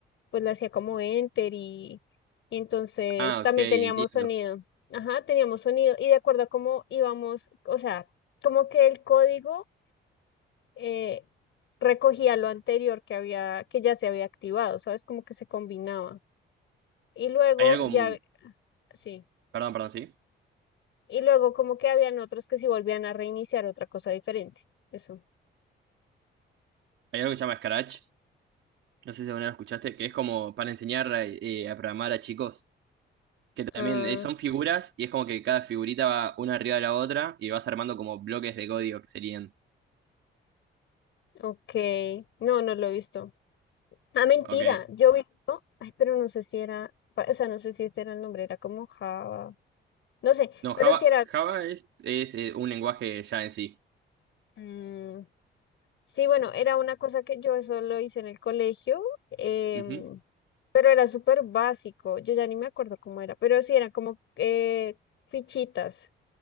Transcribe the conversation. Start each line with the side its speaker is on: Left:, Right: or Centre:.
Left: pues le hacía como enter y, y entonces
Right: Ah,
Left: también
Right: ok,
Left: teníamos
Right: entiendo.
Left: sonido, ajá, teníamos sonido, y de acuerdo a cómo íbamos, o sea, como que el código... eh, recogía lo anterior que había, que ya se había activado, ¿sabes? Como que se combinaba. Y luego
Right: Hay algo,
Left: ya,
Right: mm,
Left: sí.
Right: perdón, perdón, sí.
Left: Y luego como que habían otros que si volvían a reiniciar otra cosa diferente. Eso.
Right: Hay algo que se llama Scratch. No sé si alguna vez lo escuchaste, que es como para enseñar eh, a programar a chicos. Que también
Left: Ah,
Right: eh, son figuras y es como que cada figurita va una arriba de la otra y vas armando como bloques de código que serían.
Left: ok. No, no lo he visto. Ah, mentira.
Right: Ok.
Left: Yo vi uno. Ay, pero no sé si era, pa- o sea, no sé si ese era el nombre, era como Java. No sé,
Right: No,
Left: pero
Right: Java,
Left: si era.
Right: Java es, es, eh, un lenguaje ya en sí.
Left: mm, sí, bueno, era una cosa que yo eso lo hice en el colegio. em,
Right: Ujú.
Left: pero era súper básico. Yo ya ni me acuerdo cómo era. Pero sí, era como eh, fichitas.